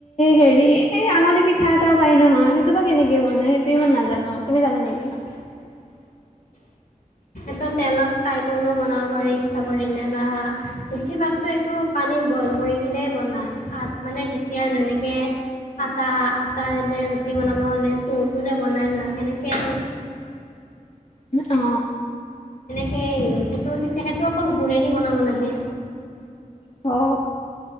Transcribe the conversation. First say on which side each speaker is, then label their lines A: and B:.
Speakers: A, on the left; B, on the left.
A: হেৰি এই আঙুলি পিঠা এটাও পাই নহয় সেইটো বা কেনেকে বনাই সেইটো মানে নাজানো তুমি জানা নেকি
B: <unintelligible> স তেলত ফ্ৰাই কৰিও বনাব পাৰি ইচ্ছা কৰিলে বা বেছিভাগতো এইটো পানী বইল কৰি কিনে বনায় ভাত মানে যেতিয়া যেনেকে আটা আটা এ ৰুটি বনাব হ'লে ততো যে বনাই ল সেনেকেই আৰু
A: অ
B: সেই সেইটো তেতিয়া সেইটো অকল ঘূৰেদি বনাব লাগে
A: অ